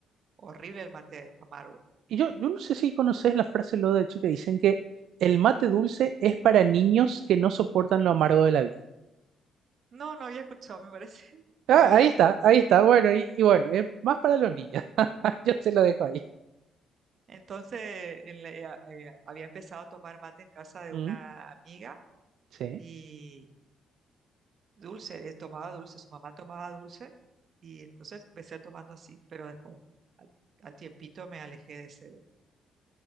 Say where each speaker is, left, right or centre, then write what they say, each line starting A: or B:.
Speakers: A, on the right; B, on the right.
A: horrible el mate amargo.
B: Y yo, yo no sé si conoces la frase lo de hecho que dicen que el mate dulce es para niños que no soportan lo amargo de la vida.
A: No, no había escuchado, me parece <laughs>
B: Ah,
A: muy
B: ahí
A: aplicable.
B: está, ahí está. Bueno, y, y bueno, es más para los niños. <laughs> Yo te lo dejo ahí.
A: Entonces, en la- eh, a- eh, había empezado a tomar mate en casa de
B: Mm,
A: una amiga
B: sí.
A: y dulce, eh, tomaba dulce, su mamá tomaba dulce y entonces empecé tomando así, pero después al, al tiempito me alejé de ese,